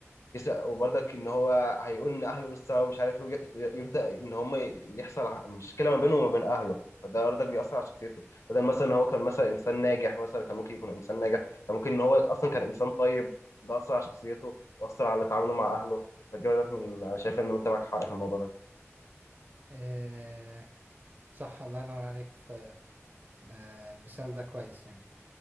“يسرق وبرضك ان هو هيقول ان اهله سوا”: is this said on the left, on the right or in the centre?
Left